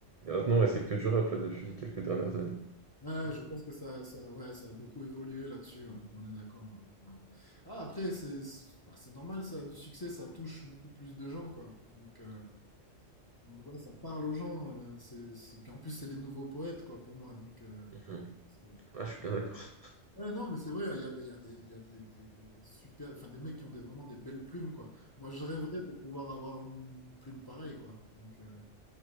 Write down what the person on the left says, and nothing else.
Ouais,
je pense que ça, ça, ouais, ça a beaucoup évolué là-dessus, ouais. On est d'accord. ouais. Ouais. Ah, après, c'est c'est bah, c'est normal, ça a du succès, ça touche beaucoup plus de gens, quoi. Donc, euh, donc, ouais, ça parle aux gens. euh, c'est, c'est- Puis en plus, c'est les nouveaux poètes, quoi, pour moi. Donc, euh,
c'est-
ouais, non, mais c'est vrai, il y a des, il y a des, il y a des, des- des- des super, enfin, des mecs qui ont des, vraiment des belles plumes, quoi. Moi, je rêverais de pouvoir avoir une plume pareille, quoi. Donc, euh,